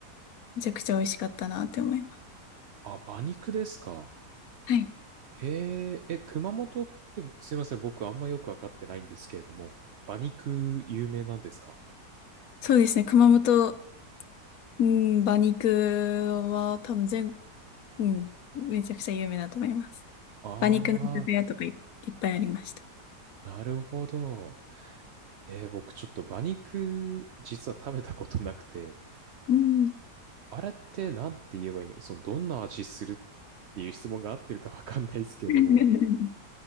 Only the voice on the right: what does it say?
あ、あ、馬肉ですか。
えー、え、熊本って、すいません、僕あんまよくわかってないんですけれども、馬肉有名なんですか
ああー、
なるほど。えー、僕ちょっと馬肉、実は食べたことなくて、
あれってなんて言えばいいのその、どんな味するっていう質問が合ってるかわかんないですけれども、